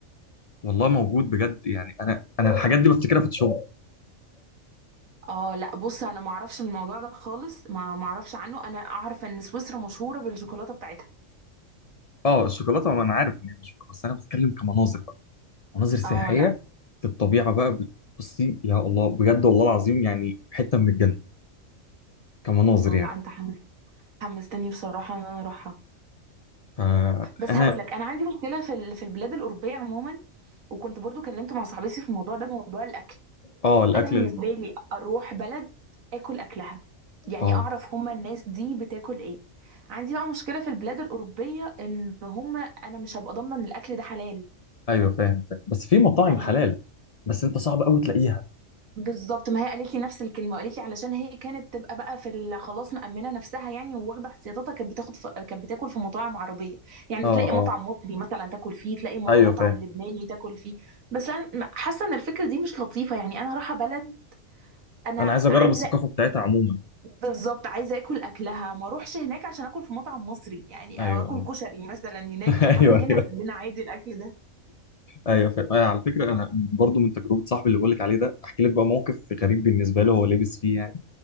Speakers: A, on the left; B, on the right.
A: والله موجود بجد يعني انا انا الحاجات دي بفتكرها في الشغل
B: اه لا بص انا ما اعرفش الموضوع ده خالص ما ما اعرفش عنه انا اعرف ان سويسرا مشهوره بالشوكولاته بتاعتها
A: اه الشوكولاته ما انا عارف ان هي مش بس انا بتكلم كمناظر بقى مناظر سياحيه
B: اه لا
A: في الطبيعه بقى بتبصي يا الله بجد والله العظيم يعني حته من الجنه كمناظر
B: اه
A: يعني
B: لا انت حمس- حمستني بصراحه ان انا اروحها
A: فانا
B: بس هقول لك انا عندي مشكله في ال- في البلاد الاوروبيه عموما وكنت برضو كلمت مع صاحبتي في الموضوع ده موضوع الاكل
A: اه الاكل
B: انا بالنسبه
A: ال...
B: لي اروح بلد اكل اكلها يعني
A: اه
B: اعرف هما الناس دي بتاكل ايه عندي بقى مشكله في البلاد الاوروبيه ان هما انا مش هبقى ضامنه ان الاكل ده حلال
A: ايوه فاهم فاهم بس في مطاعم
B: فاهمني
A: حلال بس انت صعب قوي تلاقيها
B: بالظبط ما هي قالت لي نفس الكلمه قالت لي علشان هي كانت تبقى بقى في ال- خلاص مأمنه نفسها يعني وواخده احتياطاتها كانت بتاخد في... كانت بتاكل في مطاعم عربيه يعني
A: اه
B: تلاقي
A: اه
B: مطعم مصري مثلا تاكل فيه تلاقي م-
A: ايوه
B: مطعم
A: فاهم
B: لبناني تاكل فيه بس انا م- حاسه ان الفكره دي مش لطيفه يعني انا رايحه بلد انا
A: انا عايز اجرب
B: عايزه
A: الثقافه بتاعتها عموما
B: بالظبط عايزه اكل اكلها ما اروحش هناك عشان اكل في مطعم مصري يعني
A: ايوه
B: او اكل
A: ايوه
B: كشري مثلا هناك
A: <laughs>
B: طب ما احنا
A: ايوه
B: هنا
A: ايوه
B: عندنا عادي الاكل ده
A: ايوه فاهم أيوة على فكره انا برضو من تجربه صاحبي اللي بقول لك عليه ده احكي لك بقى موقف غريب بالنسبه له هو لابس فيه يعني